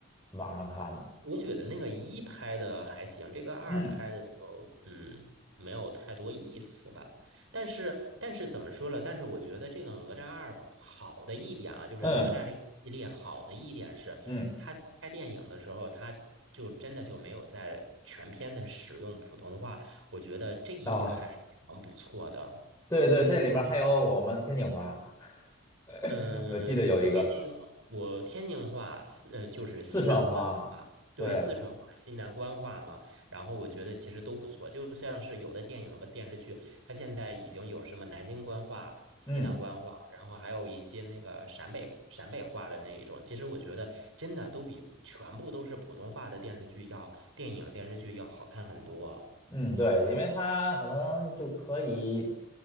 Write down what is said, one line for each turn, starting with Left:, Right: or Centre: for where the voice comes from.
Left: 网上看的。
Right: 我觉得那个一拍的还行，这个二拍的就嗯没有太多意思吧。
Left: 嗯
Right: 但是但是怎么说了？但是我觉得这个哪吒二吧好的一点啊，就是哪吒这个系列好的一点是，
Left: 嗯嗯。
Right: 他在拍电影的时候，他就真的就没有在全片的使用普通话，我觉得这一点还是非常不错的。
Left: 哦，对对，这里面还有我们天津话了，<laughs>
Right: 嗯，
Left: 我记得有一个
Right: 天津，我天津话，四呃，就是西南官话，
Left: 四川话，对，
Right: 对，四川话、
Left: 还有
Right: 西南官话嘛。然后我觉得其实都不错，就像是有的电影和电视剧，它现在已经有什么南京官话、西南官话，
Left: 嗯。
Right: 然后还有一些那个陕北陕北话的那一种。其实我觉得真的都比全部都是普通话的电视剧要电影电视剧要好看很多。
Left: 嗯，对，因为它可能就可以